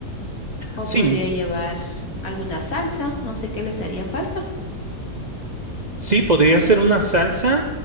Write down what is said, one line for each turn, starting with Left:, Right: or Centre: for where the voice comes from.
Left: O
Right: Sí,
Left: podría llevar alguna salsa, no sé qué les haría falta.
Right: sí, podría ser una salsa.